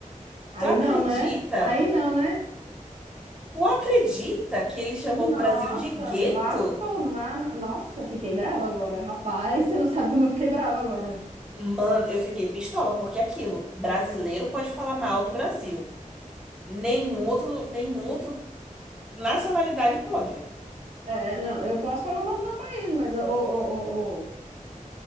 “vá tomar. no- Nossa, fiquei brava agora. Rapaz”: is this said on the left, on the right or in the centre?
Right